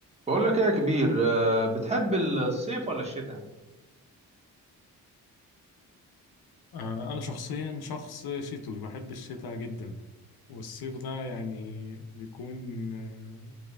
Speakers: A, on the right; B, on the left.
A: بقول لك ايه يا كبير آه، بتحب الصيف ولا الشتاء
B: آه، أنا شخصيا شخص شتوي بحب الشتاء جدا والصيف ده يعني بيكون آه،